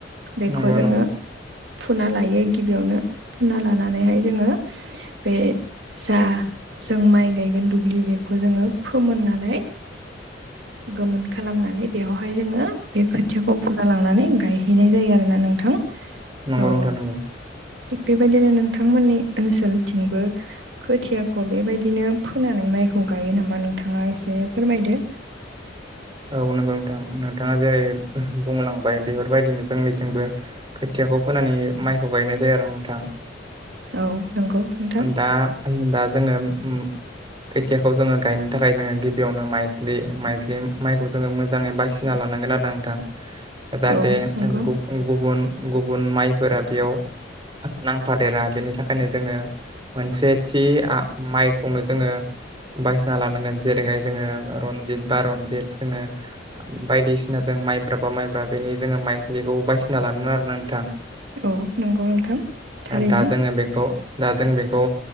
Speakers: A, on the right; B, on the right.
A: बेखौ
B: नंगौ नंगौ
A: जोङो फुना लायो गिबियावनो फुना लानानैहाय जोङो बे जा जों माइ गायगोन दुब्लि बेखौ जोङो फोमोननानै गोमोन खालामनानै बेवहाय जोङो बे खोथियाखौ फुना लांनानै गायहैनाय जायो आरोना नोंथां
B: नंगौ
A: औ
B: नोंथां नंगौ
A: थिग बेबायदिनो नोंथांमोननि ओनसोलथिंबो खोथियाखौ बेबायदिनो फोनानै माइ खौ गायो नामा नोंथाङा एसे फोरमायदो
B: औ नंगौ नोंथां नोंथाङा जेरै बुंलांबाय बेफोरबायदिनो जोंनिथिंबो खाथि फिसाखौ फोनानै माइखौ गायनाय जायो आरो नोंथां
A: औ नंगौ नोंथां
B: दा दा जोङो ओम खोथियाखौ जोङो गायनो थाखाय जोङो गिबियावनो माइज्लि माइज्लि माइखौ जोङो मोजाङै बासिना लानो नआरोना नोंथां जाहाथे
A: औ नंगौ
B: गुबुन‌ गुबुन गुबुन माइफोरा बेयाव नांफादेरा बेनि थाखायनो जोङो मोनसे थि माइखौनो जोङो बायसिना लानांगोन जेरैहाय जोङो रनजित बा रनजित जोङो बायदिसिना जों माइब्रा बा माइब्रा बेनि जोङो माइलिखौ बायसिना लानमोन आरो नोंथां
A: औ नंगौ नोंथां थारैनो
B: दा जोङो बेखौ दा जों बेखौ